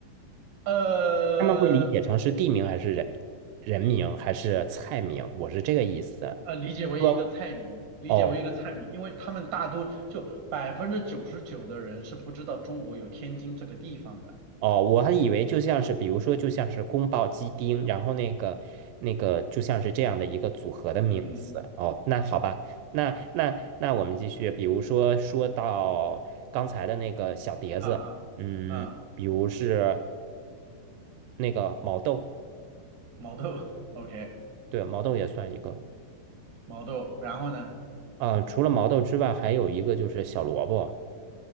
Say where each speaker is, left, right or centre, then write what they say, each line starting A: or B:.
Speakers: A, on the right; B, on the right.
A: 呃
B: 他们会理解成是地名还是人人名还是菜名？我是这个意思。
A: 呃，理解为一个菜名，
B: 说
A: 理解为一个菜名，
B: 哦，
A: 因为他们大多就百分之九十九的人是不知道中国有天津这个地方的。
B: 哦，我还以为就像是，比如说，就像是宫保鸡丁，然后那个那个，就像是这样的一个组合的名字。
A: 嗯嗯嗯，
B: 哦，那好吧，那那那我们继续，比如说说到刚才的那个小碟子，
A: 啊啊啊，
B: 嗯，比如是那个毛豆，
A: 毛豆，OK，
B: 对，毛豆也算一个。
A: 毛豆，然后呢，
B: 啊、除了毛豆之外，还有一个就是小萝卜。